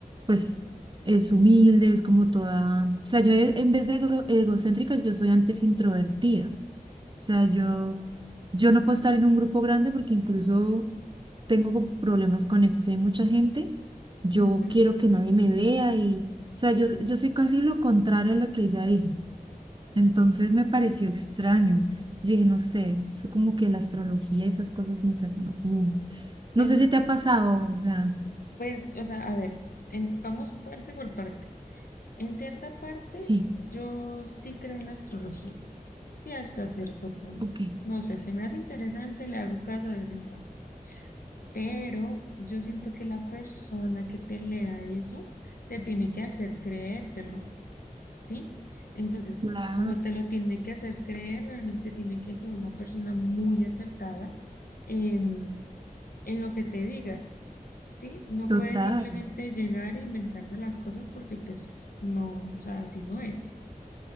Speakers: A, on the right (about 35°); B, on the left (about 80°).
A: pues es humilde, es como toda. O sea, yo e- en vez de egro- egocéntrica, yo soy antes introvertida sea, yo, yo no puedo estar en un grupo grande porque incluso tengo como problemas con eso. Si hay mucha gente, yo
B: ujú.
A: quiero que nadie me vea y, o sea, yo, yo soy casi lo contrario a lo que ella dijo. Entonces me pareció extraño. Yo dije, no sé, eso como que la astrología y esas cosas, no sé, eso no como,
B: Pues
A: no sé
B: es
A: si te
B: que,
A: ha pasado, o sea,
B: pues, o sea, a ver, en- vamos parte por parte. En cierta parte,
A: sí,
B: yo sí creo en la astrología. Sí, hasta cierto punto.
A: Ok.
B: No sé, se me hace interesante, le hago caso de vez en cuando. Pero yo siento que la persona que te lea eso te tiene que hacer creértelo, ¿sí? Entonces,
A: La...
B: como te lo tiene que hacer creer, realmente tiene que ser una persona muy acertada en, en lo que te diga, ¿sí? No
A: total.
B: puedes simplemente llegar e inventarse las cosas porque pues no, o sea, así no es.